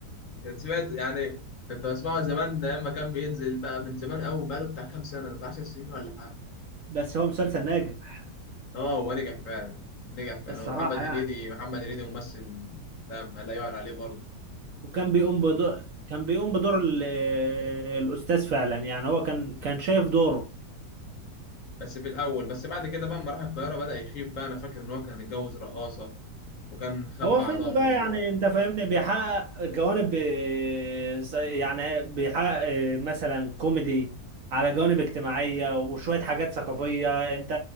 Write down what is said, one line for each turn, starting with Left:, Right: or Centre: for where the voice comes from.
Left: كنت سمعت يعني كنت بسمعه زمان ايام ما كان بينزل بقى من زمان قوي بقاله بتاع كام سنة ده بتاع 10 سنين ولا حاجة
Right: بس هو مسلسل ناجح
Left: اه هو نجح فعلا نجح فعلا
Right: الصراحة
Left: هو محمد هنيدي
Right: يعني
Left: محمد هنيدي ممثل لا ما لا يعلى عليه برضه
Right: وكان بيقوم بدور كان بيقوم بدور ال- الأستاذ فعلا يعني هو كان كان شايف دوره
Left: بس في الأول بس بعد كده بقى لما راح القاهرة بدأ يخيب بقى أنا فاكر إن هو كان اتجوز رقاصة وكان خبى
Right: هو فيلم
Left: على أمه
Right: بقى يعني انت فاهمني بيحقق جوانب آه، س- يعني بيحقق آه، مثلا كوميدي على جوانب اجتماعية وشوية حاجات ثقافية انت